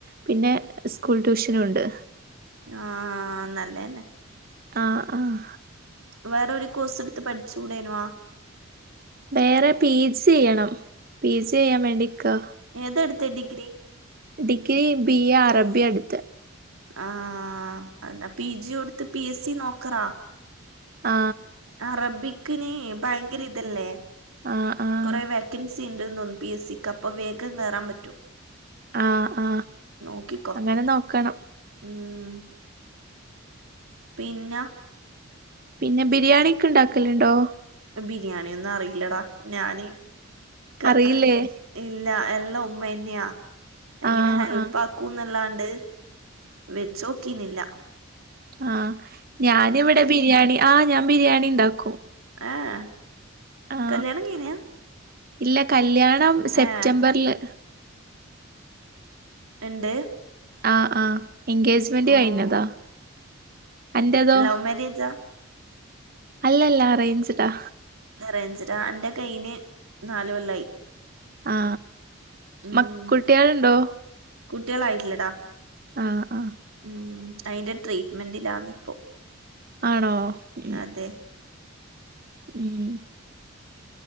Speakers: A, on the right; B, on the right.
A: പിന്നെ സ്കൂൾ ട്യൂഷനും ഉണ്ട്
B: ആഹ് നല്ലന്നെ
A: ആഹ് ആഹ്
B: വേറൊരു കോഴ്‌സെടുത്ത് പഠിച്ചൂടേനുവാ
A: വേറെ പി ജി ചെയ്യണം പി ജി ചെയ്യാൻ വേണ്ടിക്ക
B: ഏതാ എടുത്തെ ഡിഗ്രി
A: ഡിഗ്രി ബി എ അറബിയാ എടുത്തെ
B: ആ എന്നാ പി ജി എടുത്ത് പി എസ് സി നോക്കറാ
A: ആ
B: അറബിക്കിന് ഭയങ്കര ഇതല്ലേ
A: ആഹ് ആഹ്
B: കൊറേ വേക്കൻസ് സിണ്ട്ന്ന്തോന്നുന്നു പി എസ് സിക്ക് അപ്പം വേഗം കയറാൻ പറ്റും
A: ആ ആ
B: നോക്കിക്കോ
A: അങ്ങനെ നോക്കണം
B: ഉം പിന്നെ
A: പിന്നെ ബിരിയാണിക്കെ ണ്ടാക്കലുണ്ടോ
B: ബിരിയാണിയൊന്നും അറിയില്ലടാ ഞാനി ക്ക
A: അറിയില്ലേ
B: ഹ് ഇൽ ല്ല എല്ലാം ഉമ്മന്നെയാ എങ്ങനെ
A: ആഹ്
B: ഹെൽപ്പാക്കൂന്നല്ലാ
A: ആഹ്
B: ണ്ട് വെച്ചോക്കിനില്ല
A: ആ ഞാനിവിടെ ബിരിയാണി ആ ഞാൻ ബിരിയാണിണ്ടാക്കും
B: ഏഹ്
A: ആ
B: കല്യാണം കഴിഞ്ഞാ
A: ഇല്ല കല്യാണം സെപ്റ്റംബറില്
B: ഏഹ് എണ്ട്
A: ആ ആ എൻഗേജ്മെന്റ്
B: ഉം
A: കഴിഞ്ഞതാ അന്റതോ
B: ലവ് മാര്യേജാ
A: അല്ലല്ല അറേഞ്ച്ടാ
B: അറേഞ്ച്ടാ എന്റെ കഴിഞ് നാല് കൊല്ലായി
A: ആ
B: ഉം
A: മ കുട്ടികളുണ്ടോ
B: കുട്ടികളായിട്ടില്ലടാ
A: ആ ആ
B: ഉം അയിന്റെ ട്രീറ്റ്മെന്റിലാന്നിപ്പോ
A: ആണോ ഉം
B: അതെ
A: ഉം